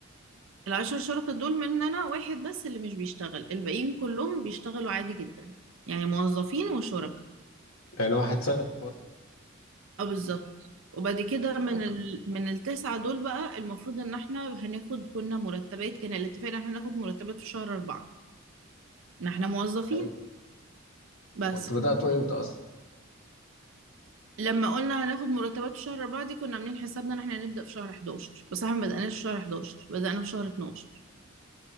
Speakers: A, on the right; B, on the left.
A: العشر شركاء دول مننا واحد بس اللي مش بيشتغل الباقيين كلهم بيشتغلوا عادي جدا يعني موظفين وشركاء
B: يعني واحد سايلنت بارتنر
A: اه بالظبط وبعد كده
B: اوكي
A: من ال... من التسعة دول بقى المفروض إن احنا هناخد كنا مرتبات كان الاتفاق إن احنا ناخد مرتبات في شهر أربعة ما احنا موظفين
B: حلو
A: بس
B: وانت بدأته امتى اصلا
A: لما قلنا هناخد مرتبات شهر أربعة دي كنا عاملين حسابنا إن إحنا هنبدأ في شهر 11 بس إحنا ما بدأناش في شهر 11 بدأنا في شهر 12